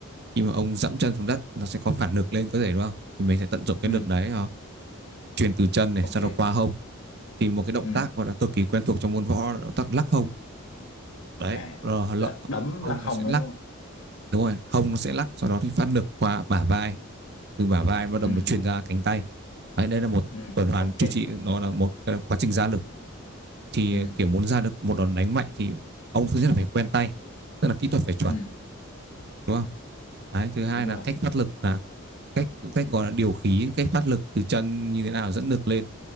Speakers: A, on the right; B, on the left.
A: khi mà ông dẫm chân xuống đất nó sẽ có phản lực lên cơ thể đúng không? Thì mình sẽ tận dụng cái
B: ừ
A: lực đấy ờ, truyền từ chân này
B: ok
A: sau đó qua hông. Thì một cái động
B: ừ
A: tác gọi là cực kỳ quen thuộc trong môn võ là động tác lắc hông. Đấy,
B: à
A: rồi
B: tức
A: lợ-
B: là đấm
A: hông
B: lắc không
A: nó sẽ
B: ấy
A: lắc,
B: đúng không
A: đúng rồi, hông nó sẽ lắc sau đó thì phát lực qua bả vai, từ bả vai bắt đầu
B: ừ
A: mới truyền ra cánh tay. Đấy, đây là một
B: ừ
A: tuần hoàn
B: ok
A: chu trị nó là một ờ, quá trình ra lực thì
B: ừ
A: kiểu muốn ra được một đòn đánh mạnh thì ông thứ nhất là phải quen tay, tức là kỹ thuật phải chuẩn
B: ừ
A: đúng không? Đấy, thứ hai
B: đúng
A: là
B: rồi
A: cách phát lực là cách cách gọi là điều khí cách phát lực từ chân như thế nào dẫn lực lên